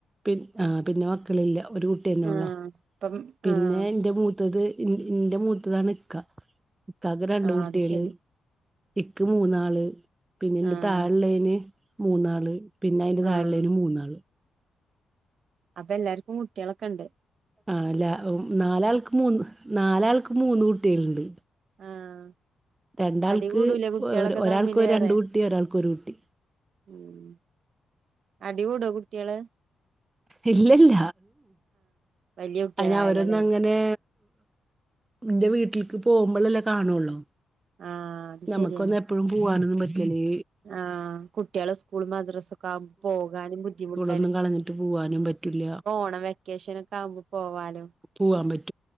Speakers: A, on the right; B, on the right.
A: പി ആ പിന്നെ മക്കളില്ല ഒരു കുട്ടിന്നെ
B: ആഹ്
A: ഉള്ളു
B: ഇപ്പം
A: പിന്നെ
B: ആഹ്
A: എന്റെ മൂത്തത് ഇന്റെ മൂത്തതാണ് ഇക്ക ഇക്കാക്ക് രണ്ട്
B: ആഹ്
A: കുട്ടികള്
B: അത് ശരി
A: ഇക്ക് മൂന്നാള് പിന്നെ ഇന്റെ
B: ആഹ്
A: താഴള്ളേന് മൂന്നാള് പിന്നെ അയിന്റെ തായേള്ളെന്
B: ആഹ്
A: മൂന്നാള്
B: അപ്പൊ എല്ലാർക്കും കുട്ടികളൊക്കെ ഇണ്ട്
A: ആല്ല നാലാൾക്ക് മൂന്ന് നാലാൾക്കും മൂന്ന് കുട്ടികളുണ്ട്
B: ആഹ്
A: രണ്ടാൾക്ക്
B: അടി കൂടൂലേ കുട്ടികളൊക്കെ
A: ഒരാൾക്ക്
B: തമ്മില്
A: രണ്ട്
B: പറയാ
A: കുട്ടി ഒരാൾക്ക് ഒരു കുട്ടി
B: ഉം അടികൂടോ കുട്ടിയള്
A: ഇല്ലല്ല
B: വലിയ കുട്ടികളായല്ലോല്ലേ
A: അയിന് അവരൊന്ന് അങ്ങനെ ഇന്റെ വീട്ടിൽക്ക് പോകുമ്പോളല്ലേ കാണൊള്ളൂ
B: ആഹ് അത്
A: ഞമ്മക്കൊന്ന്
B: ശരിയാണ്
A: എപ്പഴും പോവാനൊന്നും പറ്റിലെ
B: ആഹ് കുട്ടിയളെ സ്കൂൾ മദ്രാസ് ഒക്കെ ആവുമ്പോ പോകാനും ബുദ്ധിമുട്ട്
A: ന്നും കളഞ്ഞിട്ട് പോകാനും പറ്റില്ല
B: ഓണം വെക്കേഷനൊക്കെ ആവുമ്പോ പോവാലോ
A: പോവാൻ പറ്റു